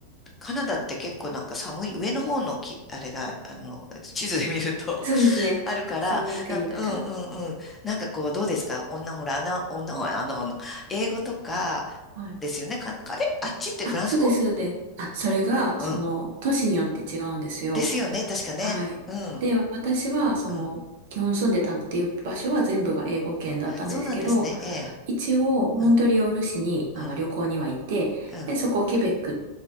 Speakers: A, on the left; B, on the right.
A: カナダって結構なんか寒い、上の方のき、あれが、あの、地図で見ると
B: そうですね。
A: <laughs> あるから、
B: 寒い国だから。
A: なんか、うんうんうん。なんかこう、どうですか女、ほら、穴、女、あの、あの、英語とか、
B: はい。
A: ですよね。か、あれあっちってフランス語
B: あ、そうです、そうです。あ、それが、
A: うん。
B: その、都市によって違うんですよ。
A: ですよね、確かね。
B: はい。
A: うん、
B: で、私は、その、
A: うん。
B: 基本住んでたっていう場所は全部が英語圏だったんですけど、
A: そうなんですね。ええ。
B: 一応、モントリオール市に、
A: うん、
B: あの、
A: うん、
B: 旅行には行って、
A: うん、
B: で、そこ、ケベック